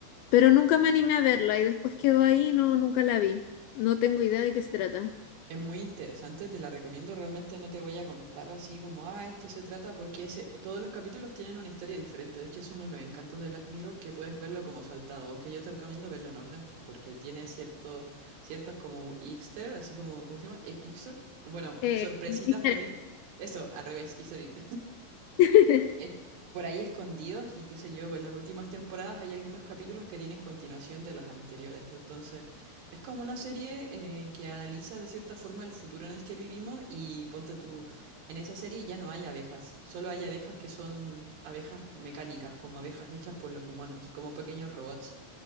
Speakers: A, on the left; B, on the right.
A: Pero nunca me animé a verla y después quedó ahí, y no, nunca la vi. No tengo idea de qué se trata.
B: Es muy interesante, te la recomiendo. Realmente no te voy a contar así como, ah, esto se trata, porque ese, todos los capítulos tienen una historia diferente. De hecho, es uno de los encantos de Black Mirror que puedes verlo como saltado. Aunque yo te recomiendo verlo en orden, pues porque tiene cierto, ciertos como Easter, así como, ¿cómo se llama? Easter. Bueno,
A: Eh,
B: sorpresitas
A: diferente.
B: por ahí. Eso, al revés, Easter egg
A: <laughs>
B: eh, por ahí escondidos y qué sé yo, en las últimas temporadas hay algunos capítulos que tienen continuación de las anteriores. Entonces, es como una serie eh, que analiza de cierta forma el futuro en el que vivimos y ponte tú, en esa serie ya no hay abejas, solo hay abejas que son abejas mecánicas, como abejas hechas por los humanos, como pequeños robots.